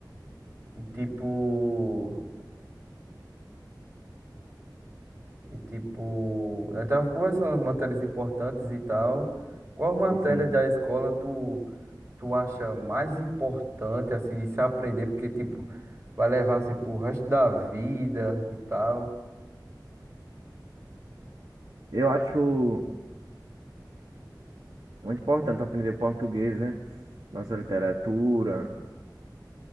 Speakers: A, on the right; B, on the right.
A: E tipo. E tipo. Nós estávamos conversando umas matérias importantes e tal. Qual matéria
B: Enfim,
A: da escola tu. tu acha mais importante, assim, de se aprender, porque, tipo, vai levar, assim, pro resto da vida e tal?
B: eu acho muito importante aprender português, né? Nossa literatura,